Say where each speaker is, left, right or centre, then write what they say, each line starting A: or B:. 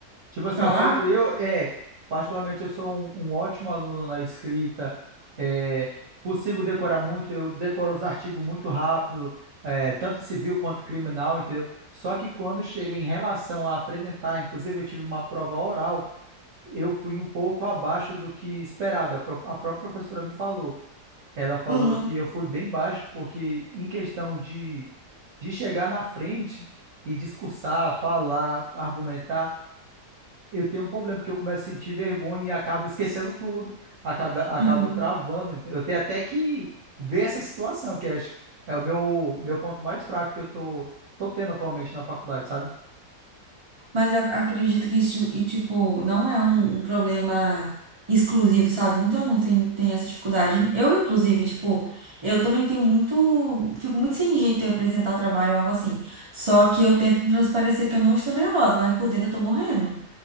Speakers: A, on the right (about 50°); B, on the right (about 30°).
A: Tipo assim,
B: falar.
A: eu sou, eu, é, particularmente eu sou um, um ótimo aluno na escrita, é, consigo decorar muito, eu decoro os artigos muito rápido, é, tanto civil quanto criminal, entendeu? Só que quando chega em relação a apresentar, inclusive eu tive uma prova oral, eu fui um pouco abaixo do que esperado. A, pró- a própria professora me falou. Ela falou
B: Uhum.
A: que eu fui bem baixo, porque em questão de, de chegar na frente e discursar, falar, argumentar, eu tenho um problema, porque eu começo a sentir vergonha e acabo esquecendo tudo, acabo, acabo
B: uhum.
A: travando. Eu tenho até que ver essa situação, que acho que é o meu, meu ponto mais fraco que eu tô, tô tendo atualmente na faculdade, sabe?
B: Mas eu ac- acredito que isso, e tipo, não é um, um problema exclusivo, sabe? Muitos alunos têm, têm essa dificuldade. Eu, inclusive, tipo, eu também tenho muito, fico muito sem jeito em apresentar trabalho ou algo assim. Só que eu tento transparecer que eu não estou nervosa, mas por dentro eu tô morrendo.